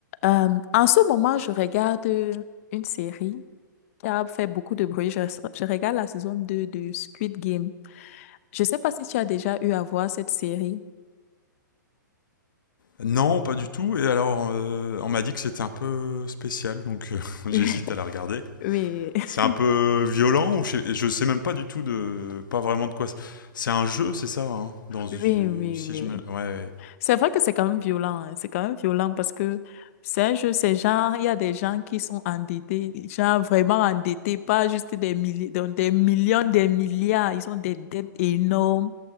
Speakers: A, on the left; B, on the left.
A: Euh, en ce moment, je regarde euh, une série qui a fait beaucoup de bruit. Je, je regarde la saison 2 de Squid Game. Je ne sais pas si tu as déjà eu à voir cette série.
B: Non, pas du tout. Et alors, euh, on m'a dit que c'était un peu spécial, donc euh, <laughs> j'hésite
A: Oui,
B: à la regarder.
A: <laughs> oui, <laughs>
B: C'est un peu violent, ou je, je sais même pas du tout de, pas vraiment de quoi. c- C'est un jeu, c'est ça, hein, dans du-
A: oui, oui,
B: si
A: oui.
B: je me, ouais. ouais.
A: C'est vrai que c'est quand même violent. hein. C'est quand même violent parce que c'est un jeu, c'est genre, il y a des gens qui sont endettés, genre vraiment endettés, pas juste des milliers, donc des millions, des milliards. Ils ont des dettes énormes.